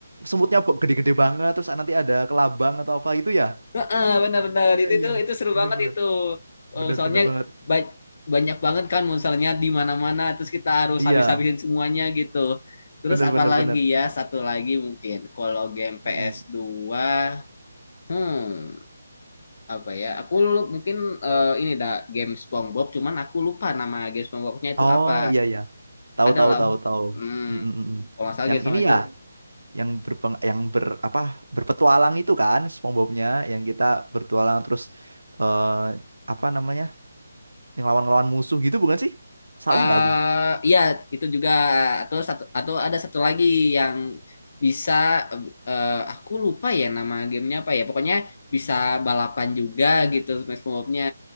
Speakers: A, on the right; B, on the left.
A: semutnya bo- gede-gede banget. Terus nanti ada kelabang atau apa gitu ya?
B: Heeh, benar-benar
A: Iya
B: itu
A: iya.
B: itu itu seru
A: Bener
B: banget
A: bener
B: itu. Eh,
A: bener
B: soalnya
A: bener banget.
B: ba- banyak banget kan monsternya di mana-mana terus kita harus
A: Iya
B: habis-habisin semuanya gitu. Terus
A: bener
B: apalagi
A: bener bener.
B: ya satu lagi mungkin kalau game ps
A: Mm.
B: dua hmm apa ya? Aku lu- mungkin eh, ini dah game SpongeBob cuman aku lupa nama game SpongeBobnya itu
A: Oh
B: apa.
A: iya iya. Tahu
B: adalah
A: tahu tahu tahu.
B: Hmm,
A: Mm, mm, mm, mm.
B: kalau nggak salah
A: Yang
B: game SpongeBob
A: ini ya,
B: itu
A: yang berpeng yang ber apa berpetualang itu kan SpongeBob-nya yang kita bertualang terus eh apa namanya? Yang lawan-lawan musuh gitu bukan sih? Salah
B: eh
A: nggak aku?
B: iya itu juga atau satu atau ada satu lagi yang bisa eh, aku lupa ya nama gamenya apa ya pokoknya bisa balapan juga gitu Smash nya